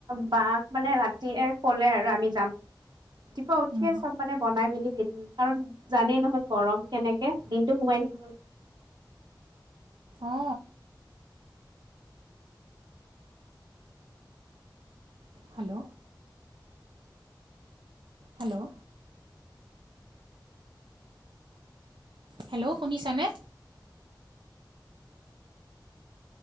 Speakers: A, on the right; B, on the right.
A: বাঘ মানে ৰাতিয়ে ক'লে আৰু আমি যাম। ৰাতিপুৱা উঠিয়ে
B: উম।
A: চব মানে বনাই মেলি ৰেডি কাৰণ জানেই নহয় গৰম কেনেকে, দিনটো সোমাই থাকিব লে
B: অ। হেল্ল'! হেল্ল'! হেল্ল' শুনিছানে?